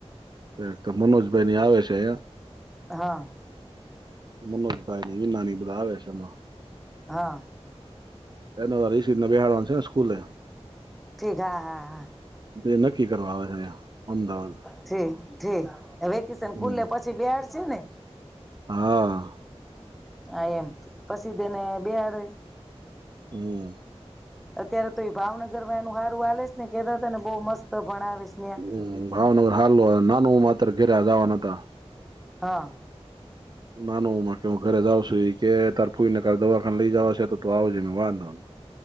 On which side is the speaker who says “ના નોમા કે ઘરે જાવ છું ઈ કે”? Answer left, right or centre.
Right